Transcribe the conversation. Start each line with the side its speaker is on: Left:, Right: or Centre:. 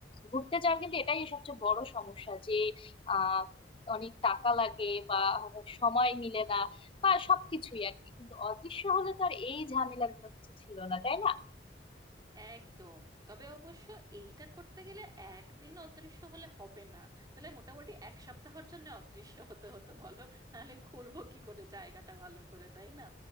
Left: ঘুরতে যাওয়ার কিন্তু এটাই সবচেয়ে বড় সমস্যা যে আহ অনেক টাকা লাগে বা সময় মিলে না বা সবকিছুই আর কি কিন্তু অদৃশ্য হলে তো আর এই ঝামেলাগুলো কিছু ছিল না তাই না
Right: একদম তবে অবশ্য এইটা করতে গেলে একদিন অদৃশ্য হলে হবে না তাহলে মোটামুটি এক সপ্তাহের জন্য অদৃশ্য হতে হতো বলো নাহলে ঘুরবো কি করে জায়গাটা ভালো করে তাই না